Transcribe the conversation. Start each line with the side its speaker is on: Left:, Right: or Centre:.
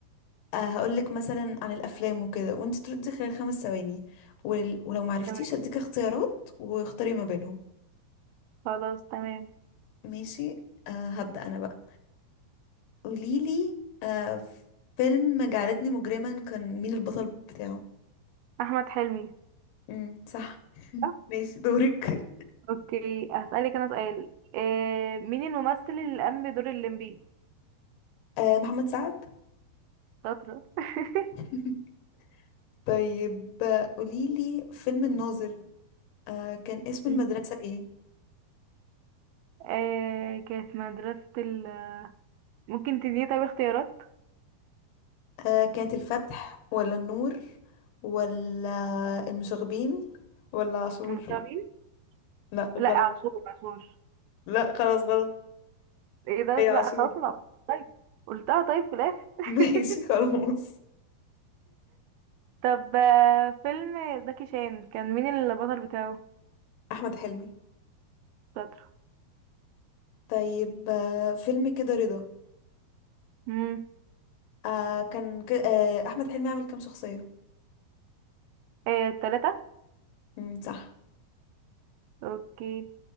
Left: آه، هقولك مثلا عن الأفلام وكده وانت تردي خلال خمس ثواني ول... ولو معرفتيش
Right: تمام
Left: هديك اختيارات واختاري ما بينهم
Right: خلاص تمام
Left: ماشي أه هبدأ أنا بقى قوليلي أه فيلم جعلتني مجرما كان مين البطل بتاعه
Right: احمد حلمي
Left: امم صح <laughs>
Right: صح؟
Left: ماشي دورك
Right: اوكي هسألك انا سؤال آه مين الممثل اللي قام بدور الليمبي
Left: آه محمد سعد
Right: شاطره <laughs>
Left: <laughs> طيب آه، قوليلي فيلم الناظر آه كان اسم
Right: مم.
Left: المدرسة ايه
Right: آه كانت مدرسه ال ممكن تديني طيب اختيارات
Left: آه كانت الفتح ولا النور ولا المشاغبين ولا عاشور
Right: مش عارفين
Left: لا غلط
Right: لا عاشور عاشور
Left: لا خلاص غلط
Right: ايه ده
Left: هي عاشور
Right: لا خلاص انا
Left: <laughs>
Right: قلت- طيب قلتها طيب في الاخر <laughs>
Left: ماشي خلاص
Right: طب آه، فيلم زكي شان كان مين البطل بتاعه
Left: احمد حلمي
Right: شاطر
Left: طيب آه، فيلم كده رضا
Right: امم
Left: آه كان ك... آه احمد حلمي عمل كام شخصية
Right: آه، تلاتة
Left: امم صح
Right: اوكي